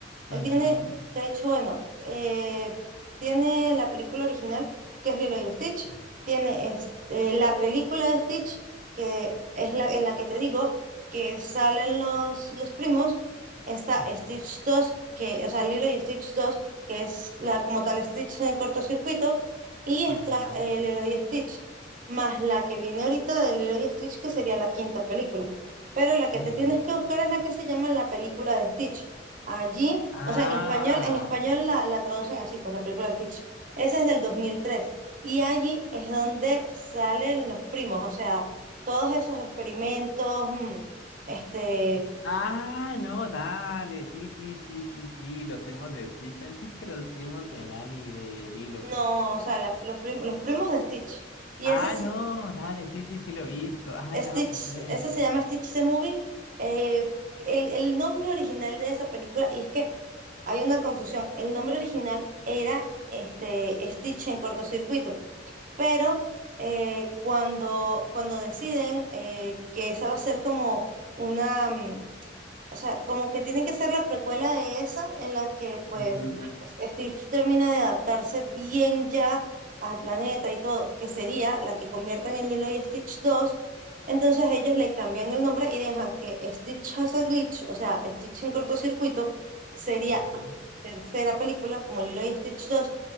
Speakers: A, on the left; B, on the right.
A: Ujú.
B: Él tiene, de hecho, bueno, eh, tiene la película original, que es Lilo y Stitch. Tiene es- eh, la película de Stitch, que es la en la que te digo que salen los, los primos. Está Stitch 2 que, o sea, Lilo y Stitch dos que es la como tal Stitch en el cortocircuito. Y está
A: Ajá.
B: el Lilo y Stitch, más la que viene ahorita de Lilo y Stitch, que sería la quinta película. Pero la que
A: No.
B: te tienes que buscar es la que se llama la película de Stitch. Allí
A: Ah.
B: o sea, en español, en español la, la traducen así, pues la película de Stitch. Esa es del dos mil tres Y allí es donde salen los primos, o sea, todos esos experimentos, mm, este,
A: Ah, no, dale. Sí, sí, sí, sí, sí. Los primos de Stitch. <laughs> Pensé que los primos de Nani y de Lilo.
B: no, o sea, la- los, prim- los primos de Stitch. Y
A: Ah,
B: ese es
A: no, dale. Sí, sí, sí, lo he visto. Ah,
B: Stitch,
A: ya me acordé.
B: ese se llama Stitch the Movie. eh, el, el nombre original de esa película, y es que hay una confusión, el nombre original era este, Stitch en cortocircuito pero eh, cuando, cuando deciden eh, que esa va a ser como una, mm, o sea, como que tienen que ser la precuela de esa en la que pues
A: Ujú,
B: Ujú. Stitch termina de adaptarse bien ya al planeta y todo, que sería la que conviertan en Lilo y Stitch dos entonces ellos le cambian el nombre y dejan que Stitch has a glitch, o sea, Stitch en cortocircuito, sería
A: Ajá.
B: la tercera película como Lilo y Stitch dos